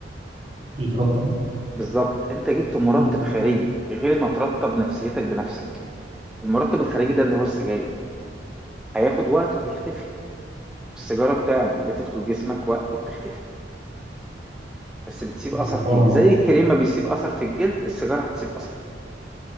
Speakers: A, on the right; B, in the centre.
A: يترطب
B: بالظبط أنت جبت مرطب
A: امم
B: خارجي غير ما ترطب نفسيتك بنفسك المرطب الخارجي ده اللي هو السجاير هياخد وقت وهيختفي السيجارة بتاع لما بتدخل جسمك وقت وبتختفي بس بتسيب
A: مفعولها
B: أثر فيك زي
A: نقط
B: الكريم ما بيسيب أثر في الجلد السيجارة هتسيب أثر فيك